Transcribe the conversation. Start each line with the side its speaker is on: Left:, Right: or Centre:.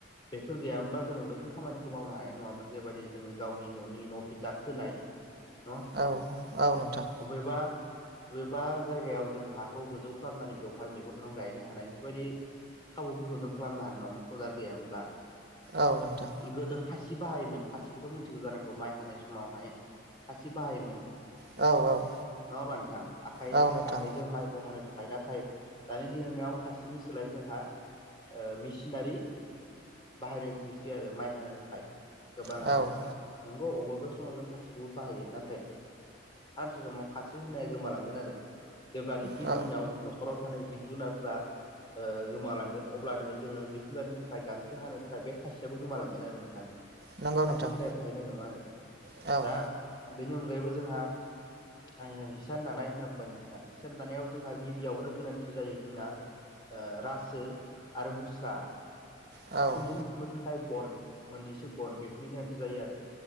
Left: बेफोर गैयामोनबा जोंङो बैफोर खामानिखौ मावनो हानाय नंङामोन जेबायाददि जोंङो गावनि न'नि बिथा खोनाय <inaudible>
Right: औ औ नोंथां
Left: अबेबा बबेबा जायगायाव जों हाखौ गोजौ खालामनानै बेवहाय मैगं थाइगं गायनो हानाय बेफोरबायदि खाबुफोरखौ जों खालामनो हानाय नंङामोन खदाल गैयामोनब्ला
Right: औ नोंथां
Left: गोदो खासि बाहायोमोन खासिखौथ' मिथिगौ जानांगौ माइ हानाय समावहाय खासि बाहायोमोन।
Right: औ औ
Left: नंङा होनबा नोंथां आखाइ
Right: औ नोंथां
Left: आखाइजों माइखौ हानो थाखाय नाथाय दानि दिनाव खासिनि सोलाय जोंहा मेसिनारि बाहायनाय नुसै आरो माइ हानो थाखाय गोबांङानो
Right: औ
Left: नोंगौ अबेबा समाव जों खासिखौबो बाहायो नाथाय सानसे समाव खासि होना गोमालांगोन आरो जेब्लानोाखि
Right: औ
Left: जोंनियाव न'खराव थानाय जि जुनारफोरा ओ गोमालांगोन अब्लानो जोंङो जिब जुनारनि थाखाय गांसो हानो थाखाय बे खासियाबो गोमालांगोन आरो नोंथां
Right: नंगौ नोंथां
Left: खासि होनाय थाहैनाय नंङा आरो
Right: औ
Left: दा बेनि अनगायैबो जोंहा <unintelligible> हिसान दानाय होनना बुंबाय नोंथाङा हिसान दानायाव जोंहा गिबियावनो गोनांथि जायो जोंना ओ रासो आरो मुस्रा
Right: औ
Left: खुन्दुं थुननो थाखाय गन मोननैसो गन बेफोरनि गोनांथि जायो आरो